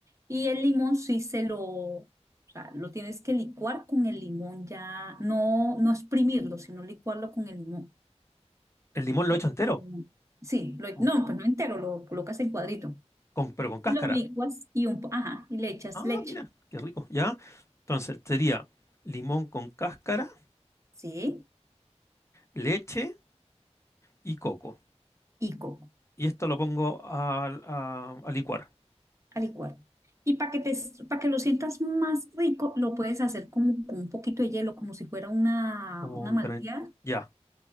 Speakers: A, on the right; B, on the left.
A: Y el limón sí se lo, o sea, lo tienes que licuar con el limón ya, no, no exprimirlo, sino licuarlo con el limón.
B: El limón lo
A: Lo-
B: he hecho entero,
A: Sí, lo-
B: con-
A: no, pues no entero, lo colocas en cuadrito.
B: con- pero con cáscara.
A: Y lo licuas y un, po- ajá, y le echas
B: Ah,
A: leche,
B: mira, qué rico. ¿Ya? Entonces, sería limón con cáscara,
A: ¿sí?
B: leche y coco.
A: Y coco
B: Y esto lo pongo al- a, a licuar.
A: a licuar. Y para que te, para que lo sientas más rico, lo puedes hacer como con un poquito de hielo, como si fuera una,
B: Como
A: una
B: un
A: malteada,
B: gran- Ya.